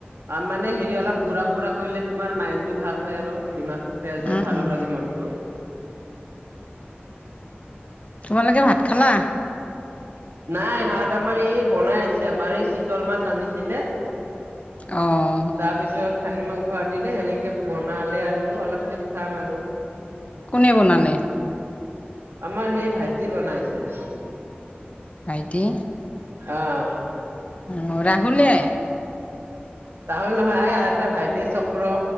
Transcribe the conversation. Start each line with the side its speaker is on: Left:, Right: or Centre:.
Right: মানে হেৰি অলপ ঘূৰা-ফুৰা কৰিলে, তোমাৰ মাইণ্ডটো ভাল হয় আৰু দিমাগটো। ফ্ৰেছ হৈ
Left: উম
Right: ভালো
Left: উম
Right: লাগে মনটো।
Left: তোমালোকে ভাত খালা?
Right: নাই, ভাত আমাৰ এই বনাই আছে, আমাৰ এই চিতল মাছ আনিছিলে।
Left: অ'।
Right: তাৰ পিছত খাহী মাংস আনিলে, সেনেকে বনালে আৰু, অলপ পিছত খাম আৰু।
Left: কোনে বনালে?
Right: আমাৰ সেই ভাইটি বনাইছে।
Left: ভাইটিয়ে!
Right: আঁহ।
Left: অঁ, ৰাহুলে।
Right: ৰাহুল নহয়, এই আৰু এটা ভাইটি আছে চক্ৰ,